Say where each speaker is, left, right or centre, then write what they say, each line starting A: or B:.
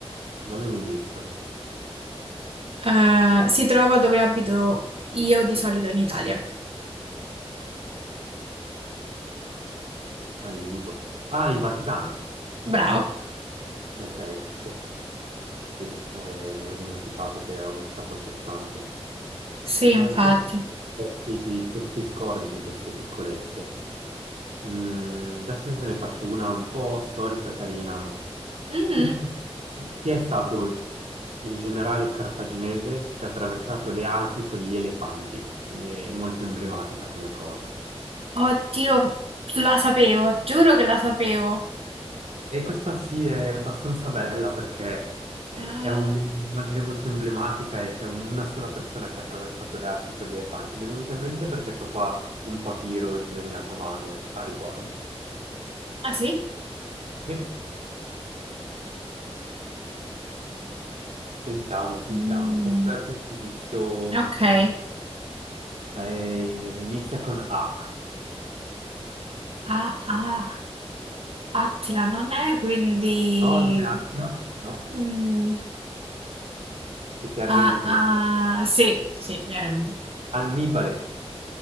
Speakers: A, on the right (about 85°); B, on the right (about 60°).
A: Dammi un indizio.
B: Eh, si trova dove abito io di solito in Italia.
A: Aiuto. Ah, il Vaticano.
B: Bravo.
A: Ok, sì. Sì, eh, mi ero dimenticato che era uno Stato a sé stante.
B: Sì,
A: E
B: infatti.
A: ancora eh sì, ti, ti- ti scordi queste piccolezze. Mm, adesso te ne faccio una un po' storica, carina.
B: Mhm.
A: Chi, fu- chi è stato il generale cartaginese che ha attraversato le Alpi con gli elefanti? Quindi è molto emblematica come cosa.
B: Oddio, la sapevo, giuro che la sapevo.
A: E questa sì è abbastanza bella perché è è
B: Ah,
A: un'immagine molto emblematica e c'è una sola persona che ha attraversato le Alpi con gli elefanti. Mi è venuta in mente perché c'ho qua un papiro disegnato a mano a riguardo.
B: ah, sì?
A: Sì. Sentiamo, sentiamo.
B: Mm,
A: Posso darti un indizio?
B: ok.
A: Mm, eh, inizia con A.
B: Ah, ah, Attila non è, quindi...
A: No, non è Attila, no?
B: mm,
A: Che ti arrendi
B: ah,
A: di...
B: ah, sì, sì, mi arrendo.
A: Annibale.